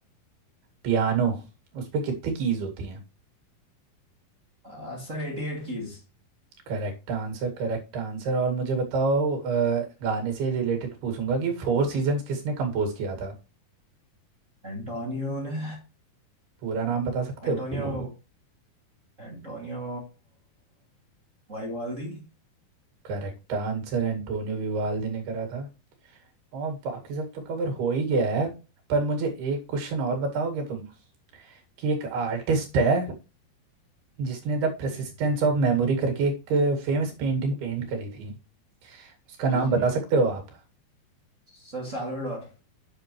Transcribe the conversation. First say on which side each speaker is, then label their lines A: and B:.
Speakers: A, on the right; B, on the right.
A: पियानो उस पे कितनी कीज होती हैं
B: आ, सर एटी एट keys
A: Correct answer correct answer और मुझे बताओ अ, गाने से रिलेटेड पूछूंगा कि फोर सीजन्स किसने कंपोज किया था
B: एंटोनियो ने
A: पूरा नाम बता सकते
B: Antonio
A: हो
B: Antonio Vivaldi
A: करेक्ट आंसर एंटोनियो विवाल्दी ने करा था और बाकी सब तो कवर हो ही गया है पर मुझे एक क्वेश्चन और बताओगे तुम कि एक आर्टिस्ट है जिसने द परसिस्टेंस
B: जी
A: ऑफ मेमोरी करके एक फेमस पेंटिंग पेंट करी थी उसका नाम
B: जी जी
A: बता
B: जी
A: सकते हो आप
B: सर साल्वाडोर